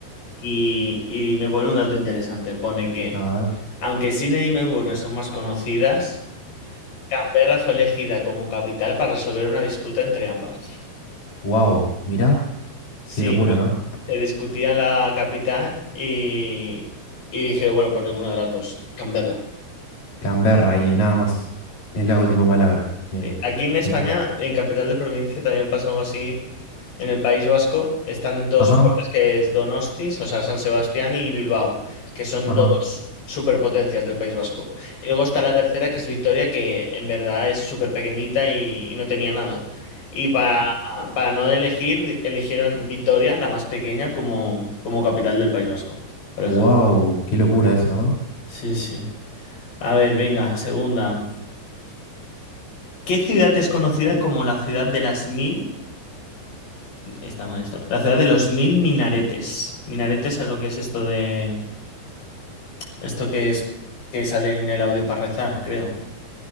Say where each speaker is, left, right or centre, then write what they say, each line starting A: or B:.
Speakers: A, on the left; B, on the left.
A: Y, y me pone un dato interesante. Pone que,
B: a ver.
A: aunque Sydney y Melbourne son más conocidas, Canberra fue elegida como capital para resolver una disputa entre ambas.
B: Wow, mirá,
A: Sí,
B: qué locura, ¿no?
A: se discutía la capital y, y dijeron, bueno, pues ninguna de las dos, Canberra.
B: Canberra y nada más. Es la última palabra. Bien.
A: Sí. Aquí en España,
B: Mirá.
A: en Capital de Provincia, también pasa algo así. En el País Vasco están dos
B: Ajá,
A: ciudades que es Donostis, o sea, San Sebastián y Bilbao, que son
B: ajá.
A: dos superpotencias del País Vasco. Y luego está la tercera, que es Vitoria, que en verdad es súper pequeñita y, y no tenía nada. Y para, para no elegir, di- eligieron Vitoria, la más pequeña, como, como capital del País Vasco, por ejemplo.
B: Wow, qué locura eso, ¿no?
A: Sí, sí. A ver, venga, segunda. ¿Qué ciudad es conocida como la ciudad de las mil? Está mal esto. La ciudad de los mil minaretes. Minaretes es lo que es esto de. Esto que es. que sale en el audio para rezar, creo.